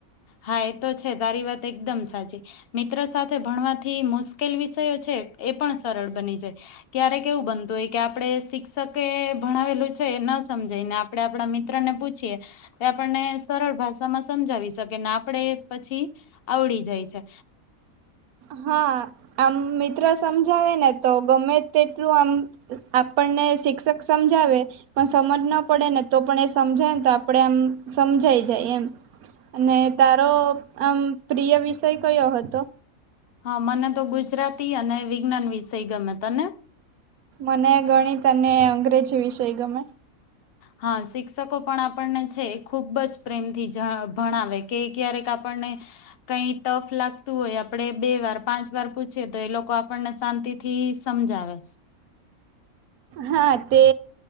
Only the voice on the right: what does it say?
હા આમ મિત્ર સમજાવે ને તો ગમે તેટલું આમ આપણને શિક્ષક સમજાવે પણ સમજ ન પડે ને તો પણ એ સમજાયને તો આપણે આમ સમજાઈ જાય એમ અને તારો આમ પ્રિય વિષય કયો હતો.
મને ગણિત અને અંગ્રેજી વિષય ગમે
હા તે